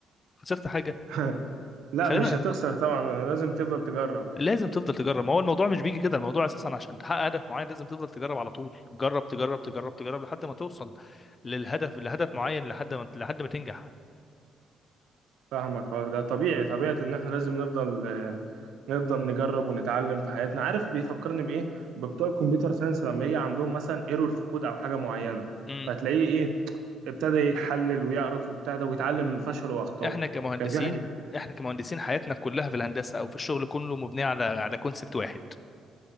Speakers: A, on the left (about 35°); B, on the right (about 80°).
A: خسرت حاجه
B: <laughs> لا
A: خلينا
B: مش هتخسر طبعا لازم تفضل تجرب
A: لازم تفضل تجرب ما هو الموضوع مش بيجي كده الموضوع اساسا عشان تحقق هدف معين لازم تفضل تجرب على طول جرب تجرب تجرب تجرب لحد ما توصل للهدف لهدف معين لحد ما لحد ما تنجح
B: فاهمك آه، ده طبيعي طبيعة ان احنا لازم نفضل نفضل نجرب ونتعلم في حياتنا عارف بيفكرني بايه ببتوع الكمبيوتر ساينس لما يجي عندهم مثلا ايرور في كود او حاجه معينه
A: امم
B: فتلاقيه ايه ابتدى يحلل ويعرف وبتاع ده ويتعلم من فشله واخطائه
A: احنا كمهندسين
B: كان في حد
A: احنا كمهندسين حياتنا كلها في الهندسه او في الشغل كله مبنيه على على كونسبت واحد